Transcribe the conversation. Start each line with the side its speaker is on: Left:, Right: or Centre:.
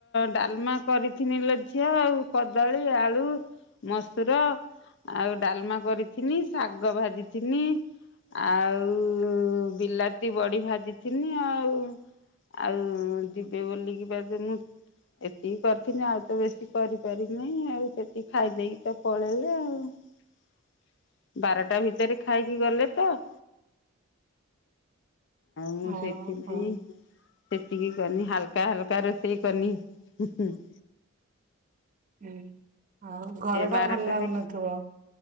Left: ଡାଲମା କରିଥିନି ଝିଅ ଆଉ କଦଳୀ, ଆଳୁ, ମସୁର, ଆଉ ଡାଲମା କରିଥିନି ଶାଗ ଭାଜିିଥିନି ଆଉ ବିଲାତି ବଡି ଭାଜିିଥିନି ଆଉ ଆଉ ଯିବେ ବୋଲିକି ବା ମୁଁ ଏତିକି କରିଥିନି ଆଉ ତ ବେଶୀ କରିପାରିନିଁ, ଆଉ ସେତିକି ଖାଇଦେଇକି ତ ପଳେଇଲେ, ଆଉ ବାରଟା ଭିତରେ ଖାଇକି ଗଲେ ତ <inaudible> ମୁଁ
Right: ହଁ
Left: ସେଥିପାଇଁ
Right: ହଁ।
Left: <inaudible> ସେତିକି କରିନି ହାଲକା ହଲକା ରୋଷେଇ କରନି ହୁଁହୁଁ <inaudible>
Right: ହୁଁ ଆଉ ଘରଟା
Left: ବାରଟାରେ
Right: ଭଲ ଲାଗୁନଥିବ।